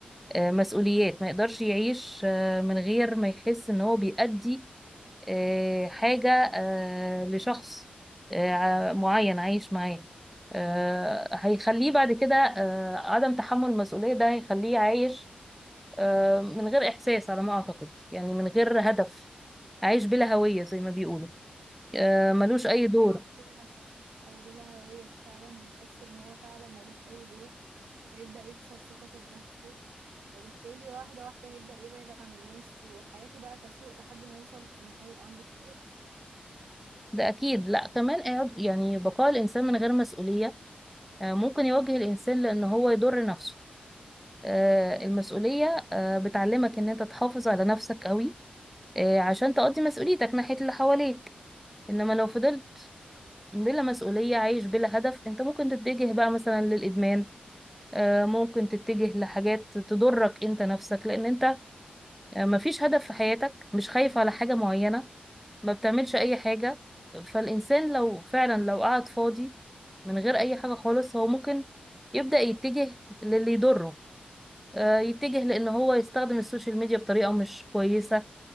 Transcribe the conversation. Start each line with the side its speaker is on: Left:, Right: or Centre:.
Centre: آه، مسؤوليات ما يقدرش يعيش آه، من غير ما يحس ان هو بيأدي آه، حاجة آه، لشخص آه، معين عايش معاه آه، هيخليه بعد كده آه، عدم تحمل المسؤولية ده هيخليه عايش آه، من غير إحساس على ما أعتقد يعني من غير هدف عايش بلا هوية زي ما بيقولوا آه، ملوش
Right: بالظبط
Centre: أي دور
Right: عايش بلا هدف أو بلا هوية فعلا هيحس إن هو فعلا ملوش أي دور هيبدأ يخسر ثقته بنفسه وبالتالي واحدة واحدة هيبدأ يبعد عن الناس وحياته بقى تسوء لحد ما يوصل إن هو يبقى عنده اكتئاب
Centre: ده أكيد لأ كمان إعاد- يعني بقاء الإنسان من غير مسؤولية آه، ممكن يواجه الإنسان لأن هو يضر نفسه آه، المسؤولية آه، بتعلمك إن أنت تحافظ على نفسك قوي آه، عشان تقضي مسؤوليتك ناحية اللي حواليك انما لو فضلت بلا مسؤولية عايش بلا هدف انت ممكن تتجه بقى مثلا للإدمان آه، ممكن تتجه لحاجات تضرك انت نفسك لان انت آه، مفيش هدف في حياتك مش خايف على حاجة معينة ما بتعملش اي حاجة فالإنسان لو فعلا لو قعد فاضي من غير اي حاجة خالص هو ممكن يبدأ يتجه للي يضره آه، يتجه لان هو يستخدم السوشيال ميديا بطريقة مش كويسة